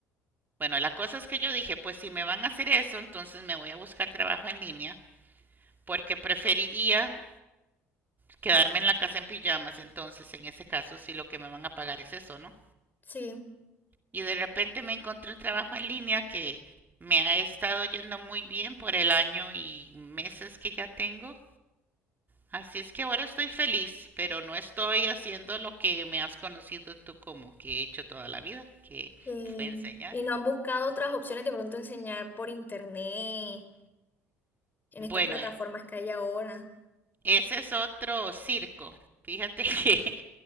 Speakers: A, on the right (about 25°); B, on the left (about 25°).
A: Bueno, la cosa es que yo dije, pues si me van a hacer eso, entonces me voy a buscar trabajo en línea, porque preferiría quedarme en la casa en pijamas, entonces en ese caso, si lo que me van a pagar es eso, ¿no?
B: Sí.
A: Y de repente me encontré un trabajo en línea que me ha estado yendo muy bien por el año y meses que ya tengo. Así es que ahora estoy feliz, pero no estoy haciendo lo que me has conocido tú como que he hecho toda la vida, que
B: Sí.
A: fue enseñar.
B: Y no han buscado otras opciones de pronto enseñar por internet, en
A: Bueno,
B: estas plataformas que hay ahora.
A: Ese es otro circo. Fíjate <laughs> que